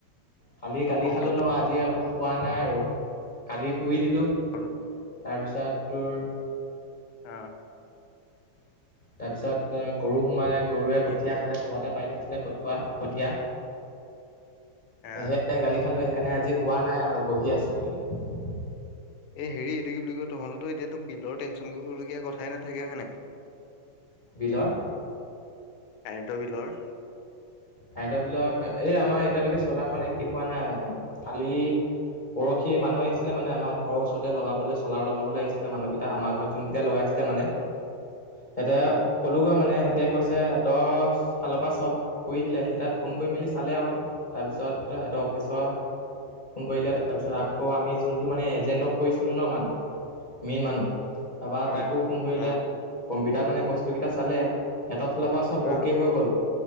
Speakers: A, on the left; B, on the left.
A: কালি,
B: অ
A: কালি
B: তহঁতৰ
A: খালো ন আজি খোৱা নাই আৰু কালি শুই দিলো
B: অ
A: তাৰপিছত তোৰ
B: আহ,
A: তাৰ পিছত এ গৰু সোমালে গৰুৱে
B: কি
A: কঠিয়া
B: হ'ল?
A: খালে ঘৰতে পাই থৈছিলে কঠুৱ কঠীয়া
B: অ
A: সে গালি খালৈ সেইকাৰণে আজি হোৱা নাই আৰু বহি আছোঁ সেইকাৰণে
B: এ, হেৰি এইটো কি বুলি কয় তহঁতো এতিয়াাতো বিলৰ টেনশচন কৰিবলগীয়া কথাই নাথাকে হয়ানে
A: বিলৰ?
B: কাৰেণ্ট বিলৰ
A: কাৰেণ্টৰ বিলৰ এই আমাৰ এতিয়ালৈকে চলাৰখন এক্টিভ হোৱা নাই কালি পৰহি মানুহ আহিছিলে মানে আমাৰ ঘৰ ওৰতে লগাবলৈ চলাৰ লগাবলৈ আহিছিলে মানুহকেইটা আমাৰ ঘৰত যোনকেইটা লগাইছিল ছিলে মানে সিহঁতে
B: অ
A: ক'লোঁগৈ মানে সিহঁতে কৈছে সিহঁতৰ ফালৰ পৰা চব কৰি দিলে সিহঁতে ফোন কৰি মেলি চালে আৰু তাৰপিছত সিহঁতৰ অফিচৰ ফোন কৰিলে তাৰপিছত আকৌ আমি যোনটো মানে এজেণ্টক কৈছিলো ন মানুহ মেইন মানুহ তাৰপা
B: অ
A: তাকো ফোন কৰিলে
B: অ
A: কম্পিউটাৰত মানে বস্তু কেইটা চালে এৰালৰ পৰা চব
B: অ
A: অ'কে হৈ গ'ল